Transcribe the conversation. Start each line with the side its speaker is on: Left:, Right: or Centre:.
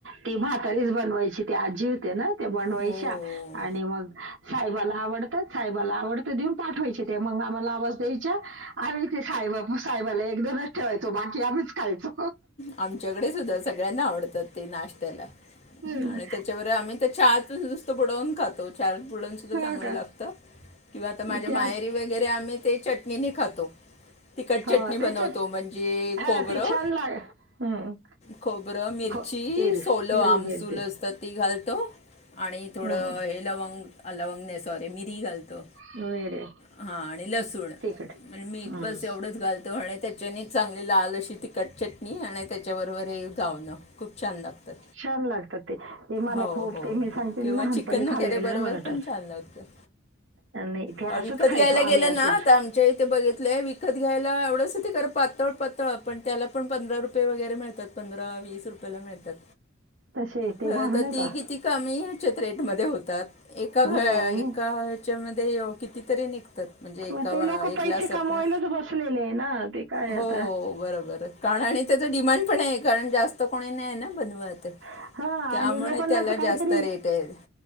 Right: तेी म्हातारीच बनवायची तेी आजी होते ना ते बनवायच्या
Left: हो
Right: आणि मग साहेबाला आवडतात साहेबाला आवडत देऊन पाठवायचे ते मग आम्हाला आवाज द्याय. आम्ही ते साब साहेबाला एकदनच ठेवायचो बाकी आम्हीच खायचो.
Left: आमच्याकडे सुद्धा सगळ्यांना आवडतात ते नाश्त्याला
Right: हं,
Left: आणि त्याच्यावर आम्ही त्याच्या आत नुसत बुडवून खातो. च पुडण सुद्धा
Right: हो
Left: चांगलं
Right: का?
Left: लागतं किंवा आता माझ्या
Right: त्या
Left: माहेरी व वैरे आम्ही ते चटणीने खातो तखट
Right: हो,
Left: चटणी बनवतो
Right: त्याच्यात
Left: म्हणजे
Right: हां,
Left: खोबरं.
Right: ते छान लाग हं.
Left: खबरं मिरची
Right: खो हिर
Left: सोल
Right: हिरवी
Left: आमसूल
Right: मिरची.
Left: मत त घालतो आणि थोडं
Right: हं.
Left: हे लवंग लवंग नाही सॉरी मिरी घालतो.
Right: मिरे
Left: हा आणि लसूण
Right: तिखट.
Left: म्हणज मीठ
Right: हं.
Left: बस एवढंच घालतो आणि नी चांगली लाल अशी तिखट चटणी आणि त्याच्याबरोबर हे धावणं. खूप छान लागतात
Right: छान लागतात ते. ते मला
Left: हो
Right: खूप
Left: हो
Right: ते मी सांगते
Left: किंवा
Right: ना लहानपणी
Left: चिकन
Right: खाल्लेले
Left: वगैरे बरोबर
Right: ना मलाटच
Left: पण छान लागत. होक.
Right: आणि ते
Left: बा
Right: असंच
Left: विकत
Right: खायचो
Left: घ्यायला
Right: आम्ही
Left: गेलं
Right: असेच.
Left: ना आ आमच्या इथे बघितलंय विकत घ्यायला एवढ. करपातो. पळ पण त्याला पण पंधरा रुपये वगैरे मिळतात पंधरा वीस रुपयाेला मिळतात.
Right: तसे ते
Left: खरं
Right: घाव
Left: तर
Right: नाही
Left: ती
Right: का?
Left: किती? मी चत्रेटमध्ये होतात एका
Right: हो
Left: घ एका
Right: मग.
Left: त्याच्यामध्ये ये कितीतरी निघतात. म्हणजे ए
Right: मग ते लोक
Left: एक
Right: पैसे
Left: ग्लास आपण
Right: कमवायलाच बसलेले आहे ना ते काय
Left: हो
Right: आता.
Left: बरोबर. कारण आणि त्याच डिमांड पण आहे कारण जास्त कोणी नाही आहे ना बनवत.
Right: हां
Left: त्यामुळे
Right: आणि लोकांना
Left: त्याला
Right: असं काहीतरी
Left: जास्त रेट आहे.